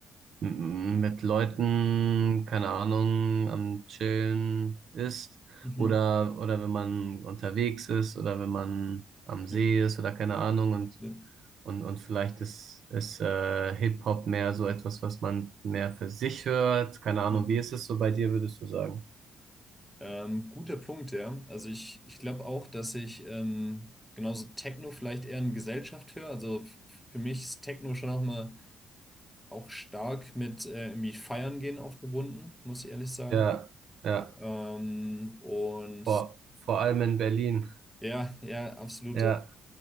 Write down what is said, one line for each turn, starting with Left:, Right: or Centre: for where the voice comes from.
Right: m- mit Leuten, keine Ahnung, am Chillen ist
Centre: Mhm.
Right: oder, oder wenn man unterwegs ist oder wenn man am See
Centre: Ja,
Right: ist oder keine Ahnung und,
Centre: ja,
Right: und, und vielleicht ist, ist äh, Hip-Hop mehr so etwas, was man mehr für sich hört, keine Ahnung,
Centre: ja.
Right: wie ist es so bei dir, würdest du sagen?
Centre: Ähm, guter Punkt, ja. Also ich, ich glaube auch, dass ich ähm, genauso Techno vielleicht eher in Gesellschaft höre. Also f- für mich ist Techno schon auch mal auch stark mit äh, irgendwie Feiern gehen auch verbunden, muss ich ehrlich sagen.
Right: Ja, ja.
Centre: Ähm, und
Right: Vor, vor allem in Berlin.
Centre: ja, ja, absolut.
Right: Ja,
Centre: ja.